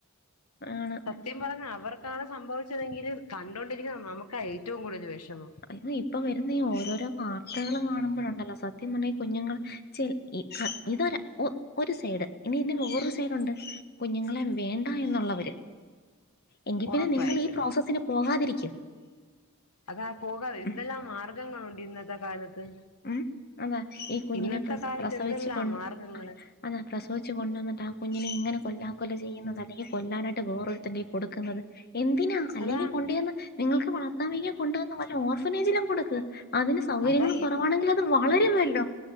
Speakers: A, on the left; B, on the left.
A: ആണ്
B: സത്യം പറഞ്ഞാ അവർക്കാണ് സംഭവിച്ചതെങ്കിലിലും കണ്ടോണ്ടിരിക്കുന്നത് നമുക്കാ ഏറ്റവും കൂടുതല് വിഷമം
A: അയിന് ഇപ്പൊ വരുന്ന ഈ ഓരോരോ വാർത്തകളും കാണുമ്പോഴുണ്ടല്ലോ സത്യം പറഞ്ഞാ ഈ കുഞ്ഞുങ്ങള് ചി ഇ ഒ ഇതൊരാ ഒ ഒരു സൈഡ് ഇനി ഇന്റെ വേറൊരു സൈഡുണ്ട് കുഞ്ഞുങ്ങളെ വേണ്ടാ എന്നുള്ളവര് എങ്കി പിന്നെ
B: ഉറപ്പായിട്ടും
A: നിങ്ങളീ പ്രോസസിന് പോകാതിരിക്ക്
B: അതാ പോകാതെ എന്തെല്ലാം
A: ഉം
B: മാർഗങ്ങളുണ്ട് ഇന്നത്തെ കാലത്ത്
A: ഉം അതാ ഈ കുഞ്ഞിനെ
B: ഇന്നത്തെ
A: പ്രസ
B: കാലത്ത്
A: പ്രസവിച്ചു
B: എന്തെല്ലാം
A: കൊ
B: മാർഗങ്ങള്
A: അതാ പ്രസവിച്ച് കൊണ്ടുവന്നിട്ട് ആ കുഞ്ഞിനെ ഇങ്ങനെ കൊല്ലാ കൊല ചെയ്യുന്നത് അല്ലെങ്കി കൊല്ലാനായിട്ട് വേറൊരുത്തന്റെ കയ്യി കൊടുക്കുന്നത് എന്തിനാ അല്ലെങ്കി
B: അതാ
A: കൊണ്ടു ചെന്ന് നിങ്ങൾക്ക് വളർത്താ വയ്യെ കൊണ്ടുവന്ന് വല്ല ഓർഫനേജിലും കൊടുക്ക് അതിന് സൗകര്യങ്ങളും
B: അതാ
A: കുറവാണെങ്കില് അത് വളരുവല്ലോ